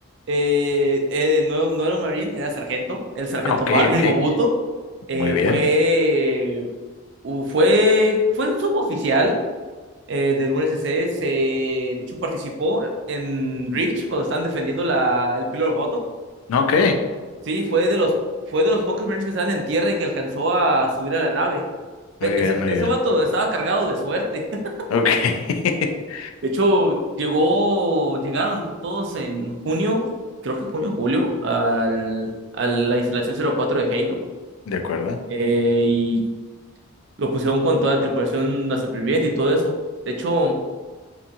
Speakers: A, on the right; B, on the left.
A: eh, eh, no, no era un Marine, era sargento, el sargento
B: Ah, Ok,
A: Marvin
B: ok.
A: Mobuto. eh,
B: Muy bien.
A: fue u- fue, fue un suboficial eh, del UNSC. Se, de hecho, participó en Reach cuando estaban defendiendo la, el Pillar Bottom.
B: Ok.
A: Sí, fue de los, fue de los pocos Marines que estaban en tierra y que alcanzó a subir a la nave. Ve,
B: Muy
A: Ese,
B: bien, muy
A: ese
B: bien.
A: vato estaba cargado de suerte. <laughs>
B: Ok. <laughs>
A: De hecho, llegó, llegaron todos en junio, creo que junio, julio, al, a la instalación cero cuatro de Halo.
B: De acuerdo.
A: eh, y lo pusieron con toda la tripulación, la superviviente y todo eso. De hecho,